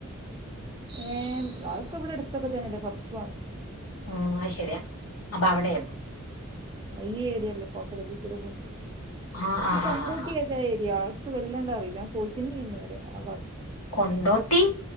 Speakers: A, on the right; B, on the left.
A: ഏർ അവക്ക് ഇവിടെ അടുത്തൊക്കെ തന്നെയല്ലേ കുറച്ചു പോവില്ലേ
B: ഉ ശരിയാ അപ്പൊ അവിടെന്നു
A: ആ ഈ ഏരിയല്ലേ കോട്ടകതി കൂടെ
B: ആ ആ
A: ഈ കൊണ്ടോട്ടി
B: ആ ആ
A: ഏതാ ഏരിയ വല്ലാണ്ട് അറിയില്ല പോയിട്ടന്നീ ഇന്ന് വരെ ഭാഗത്തു
B: കൊണ്ടോട്ടി